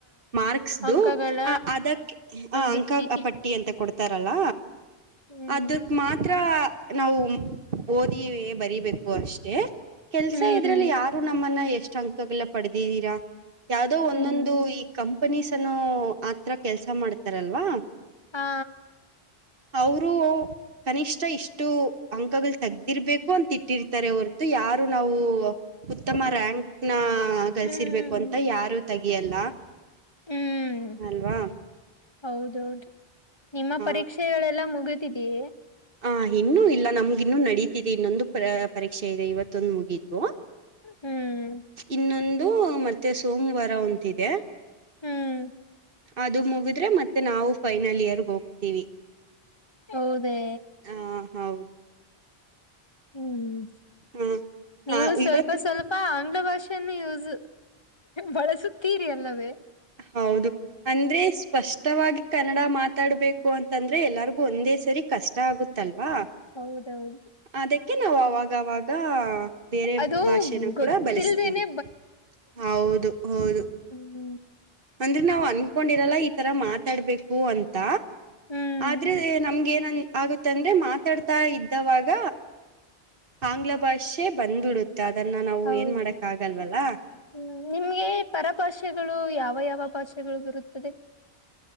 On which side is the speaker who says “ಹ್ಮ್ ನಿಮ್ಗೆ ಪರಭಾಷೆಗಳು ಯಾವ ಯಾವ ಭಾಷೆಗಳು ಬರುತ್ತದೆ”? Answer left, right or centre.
Left